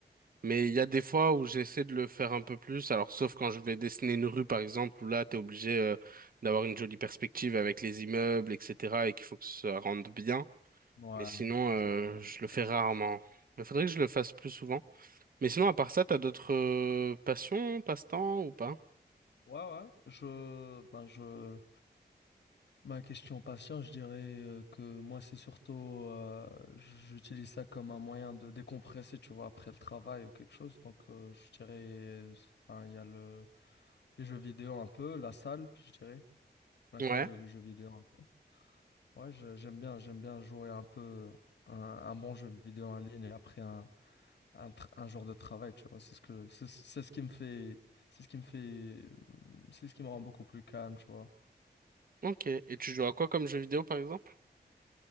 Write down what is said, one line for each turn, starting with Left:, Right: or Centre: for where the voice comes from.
Right: Mais il y a des fois où j'essaie de le faire un peu plus. Alors, sauf quand je vais dessiner une rue, par exemple, où là, t'es obligé euh, d'avoir une jolie perspective avec les immeubles, etc., et qu'il faut que ça rende bien.
Left: Ouais,
Right: Mais sinon, euh,
Left: exactement.
Right: je
Left: C'est
Right: le
Left: très
Right: fais
Left: difficile.
Right: rarement. Il faudrait que je le fasse plus souvent. Mais sinon, à part ça, t'as d'autres euh, passions, passe-temps ou pas?
Left: Ouais, ouais. Je, ben, je, ma question patient, je dirais euh, que moi, c'est surtout, euh, j'utilise ça comme un moyen de décompresser, tu vois, après le travail ou quelque chose. Donc, euh, je dirais, euh, ben, il y a le, les jeux vidéo un peu, la salle, je dirais. La
Right: Ouais.
Left: salle et les jeux vidéo un peu. Ouais, je- j'aime bien, j'aime bien jouer un peu un, un bon jeu vidéo en ligne et après un un, tra- un genre de travail, tu vois. C'est ce que, c'est c'est ce qui me fait, c'est ce qui me fait, c'est ce qui me rend beaucoup plus calme, tu vois.
Right: Ok, et tu joues à quoi comme jeu vidéo par exemple?